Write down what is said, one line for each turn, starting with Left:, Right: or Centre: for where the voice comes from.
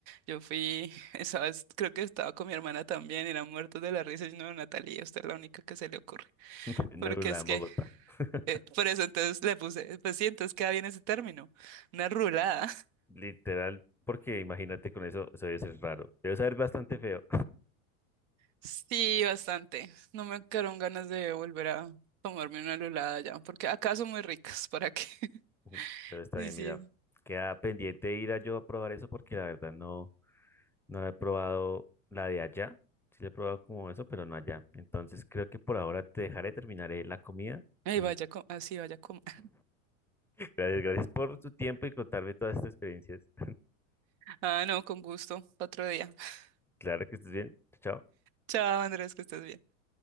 Right: Yo fui, <laughs> esa vez creo que estaba con mi hermana también, era muertos de la risa. Y no, Natalia, usted es la única que se le ocurre.
Centre: En
Right: Porque
Centre: Alula,
Right: es
Centre: en
Right: que
Centre: Bogotá. <laughs>
Right: Eh, Por eso entonces le puse, pues sí, entonces queda bien ese término, una rulada. <laughs>
Centre: Literal, porque imagínate con eso, eso debe ser raro. Debe saber bastante feo.
Right: Sí, bastante. No me quedaron ganas de volver a tomarme una rulada ya, porque acá son muy ricas, ¿para qué? <laughs>
Centre: <laughs> Pero está
Right: Y
Centre: bien,
Right: sí,
Centre: mira. Queda pendiente ir a yo a probar eso porque la verdad no, no la he probado la de allá. Sí la he probado como eso, pero no allá. Entonces creo que por ahora te dejaré, terminaré la comida.
Right: ay,
Centre: Y
Right: vaya, co- así vaya como. <laughs>
Centre: <laughs> gracias, gracias por tu tiempo y contarme todas estas experiencias. <laughs>
Right: Ah, no, con gusto, otro día. <laughs>
Centre: Claro que estés bien. Chao.
Right: Chao, Andrés, que estés bien.